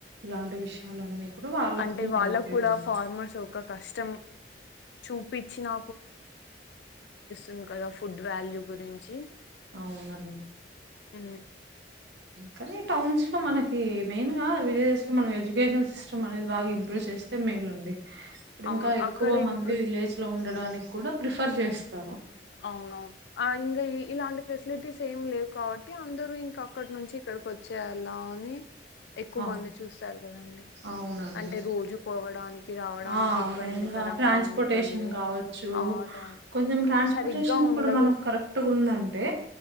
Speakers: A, on the right (about 75°); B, on the left (about 75°).
A: ఇలాంటి విషయాలన్నీ కూడా వాళ్ళ
B: అంటే
A: కూడా నేర్పయాలండి.
B: వాళ్ళకి కూడా ఫార్మర్స్ ఒక కష్టం చూపిచ్చినా ఉం కదా ఫుడ్ వాల్యూ గురించి
A: అవునండి
B: ఉ
A: కానీ టౌన్స్ లో మనకి మెయిన్ గా విలేజెస్ లో మన ఎడ్యుకేషన్ సిస్టమ్ అనేది బాగా ఇంప్రూవ్ చేస్తే మేల్ అండి.
B: అవును.
A: ఇంకా ఎక్కువ
B: అక్కడ
A: మంది
B: ఇంప్రూవ్
A: విలేజ్ లో ఉండడానికి. కూడా ప్రిఫర్ చేస్తారూ
B: అవునవును ఇంకా ఇలాంటి ఫెసిలిటీస్ ఏం లేవు కాబట్టి అందరుూ ఇంకా అక్కడి నుంచి ఇక్కడికి వచ్చేళ్లా అని. ఎక్కువ
A: అవును
B: మంది చూస్తారు కదాండి
A: అవునండి
B: అంటే రోజు పోవడానికి. రావడానికి
A: ఆ
B: ఇబ్బందికరంగా
A: మెయిన్ గా ట్రాన్స్పోర్టేషన్
B: ఉంటుంది.
A: కావచ్చు
B: ఆ! ట్రాన్
A: కొంచెం
B: సరిగ్గా
A: టేషన్
B: ఉండదు.
A: కూడా మన కరెక్ట్ ఉందంటే